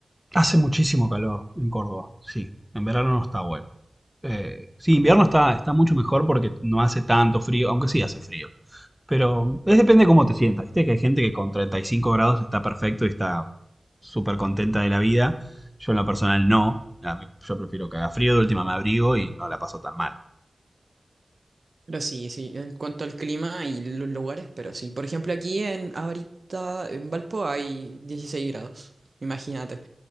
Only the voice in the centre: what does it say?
Hace muchísimo calor en Córdoba, sí. En verano no está bueno. Eh, sí, invierno está, está mucho mejor porque no hace tanto frío, aunque sí hace frío. Pero es depende de cómo te sientas, ¿viste? Que hay gente que con 35 grados está perfecto y está súper contenta de la vida. Yo en lo personal no. A mí- yo prefiero que haga frío, de última me abrigo y no la paso tan mal.